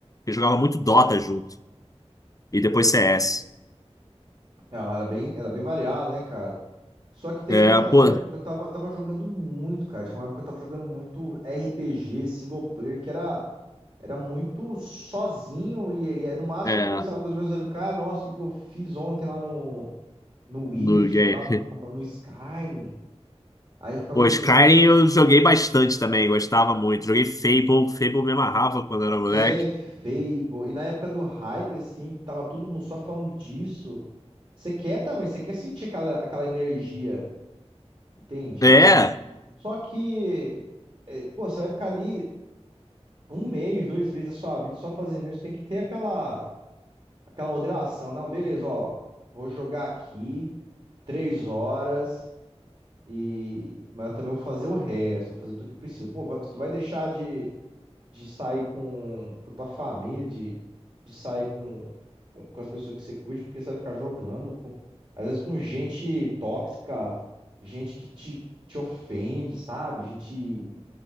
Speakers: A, on the left (about 30°); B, on the right (about 45°).
A: Eu jogava muito Dota junto. E depois CS.
B: Ela era bem, era bem variada, né, cara? Só que teve
A: É,
B: uma época
A: pô,
B: que eu tava, tava jogando muito, cara. Tinha uma época que eu tava jogando muito RPG, single player, que era, era muito sozinho. E, e no máximo
A: é,
B: eu conversava com os meus amigos, cara, nossa, o que, que eu fiz ontem lá no, no Witcher,
A: no game.
B: lá no,
A: <laughs>
B: no Skyrim. Aí eu ficava
A: Pô,
B: jogando.
A: Skyrim eu joguei bastante também, gostava muito. Joguei Fable, Fable me amarrava quando era moleque.
B: É, Fable. E na época do hype, assim, que tava todo mundo só falando disso. Você quer também, você quer sentir aquela, aquela energia, entende?
A: É,
B: E só que. É, Pô, você vai ficar ali. um mês, dois meses da sua vida só fazendo isso, tem que ter aquela, aquela moderação. Não, beleza, ó, vou jogar aqui três horas e mas eu também vou fazer o resto, vou fazer tudo que precisa. Pô, vai- se tu vai deixar de, de sair com, com tua família, de, de sair com, com, com as pessoas que você curte, porque você vai ficar jogando, com, às vezes com gente tóxica, gente que te, te ofende, sabe? Gente